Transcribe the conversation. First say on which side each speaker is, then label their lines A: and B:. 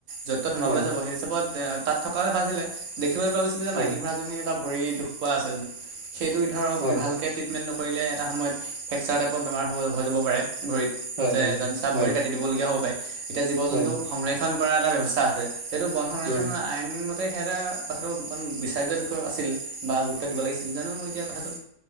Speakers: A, on the right; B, on the right.
A: য'ত তত সোমাবলৈ
B: হয়
A: যাব সেই হিচাপত তাত থকালে ভালছিলে দেখিবলৈ পোৱা গৈছিল যে
B: হয়
A: মাইকী ঘোঁৰাজনী এটা ভৰি দুখ পোৱা আছে সেইটো ধৰক
B: হয়
A: ভালকৈ ট্ৰটমেট নকৰিলে এটায়ত ফ্ৰেকচাৰ টাইপৰ বেম হ হৈ যাব পাৰে ভৰিীত
B: হয়
A: যে
B: হয় হয়
A: চাহ
B: হয়
A: ভৰি কাটি দিবলগীয়া হ'ব পাৰে এতিয়া জীৱ
B: হয়
A: জন্তু সংৰাক্ষ ণ কৰা এটা ব্যৱস্থা আছে সেইটো বন সংৰক্ষণৰ
B: হয়
A: আইন তে সেয়া এটা কথাটো অকণমান বিচাৰ্যৰ বিষয়ত আছিল বা গুৰুত্ব দিব লাগিছিল জানো এতিয়া কথাটো